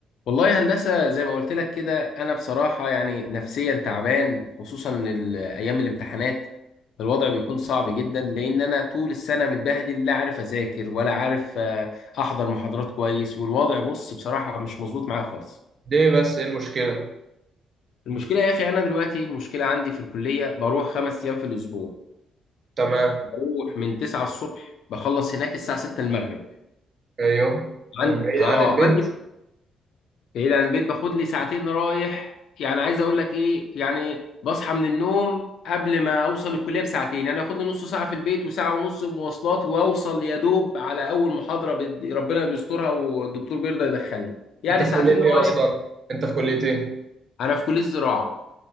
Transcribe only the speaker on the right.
ليه بس ايه المشكلة
تمام
ايوه من
بعيد
عن البيت
انت في
كلية ايه
اصلا انت في كلية ايه